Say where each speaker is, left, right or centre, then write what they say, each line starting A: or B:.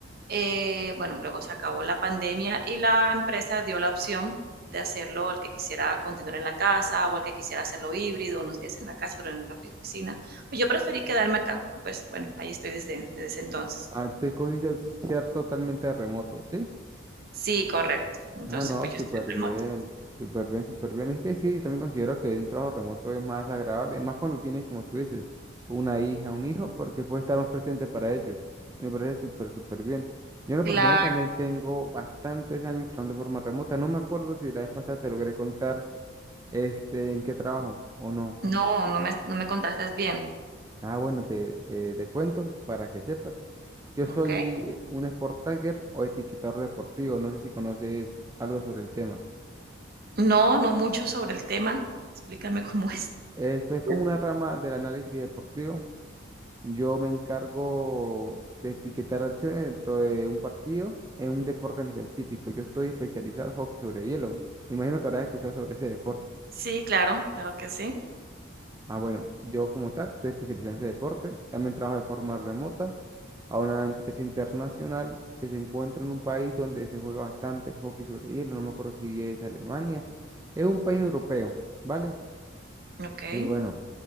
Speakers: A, on the right (about 50°); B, on the right (about 15°).
A: eh, bueno, luego se acabó la pandemia y la empresa dio la opción de hacerlo el que quisiera continuar en la casa o el que quisiera hacerlo híbrido, unos días en la casa, otros en la oficina. Pues yo preferí quedarme acá, pues bueno, ahí estoy desde, desde ese entonces.
B: Ah, tú escogiste ser totalmente remoto, ¿sí?
A: Sí, correcto. Entonces,
B: Ah, no,
A: pues yo
B: súper
A: estoy
B: bien,
A: remoto.
B: súper bien, súper bien. Es que sí, yo también considero que un trabajo remoto es más agradable, más cuando tienes, como tú dices, una hija, un hijo, porque puedes estar más presente para ellos. Y me parece súper, súper bien. Yo en lo
A: Claro,
B: personal también tengo bastantes años trabajando de forma remota. No me acuerdo si la vez pasada te logré contar este, en qué trabajo o no.
A: no, no me, no me contaste bien.
B: Ah, bueno, te, te, te cuento para que sepas. Yo soy
A: Ok.
B: eh, un sport tagger o etiquetador deportivo. No sé si conoces algo sobre el tema.
A: No, no mucho sobre el tema. Explícame cómo es.
B: Esto es como
A: Ya.
B: una rama del análisis deportivo. Yo me encargo de etiquetar acciones dentro de un partido en un deporte en específico. Yo estoy especializado en hockey sobre hielo. Me imagino que habrás escuchado sobre ese deporte.
A: Sí, claro, claro que sí.
B: Ah, bueno, yo como tal estoy especializado en ese deporte. También trabajo de forma remota a una empresa internacional que se encuentra en un país donde se juega bastante el hockey sobre hielo, no me acuerdo si es Alemania, es un país europeo, ¿vale?
A: Okey.
B: Y bueno,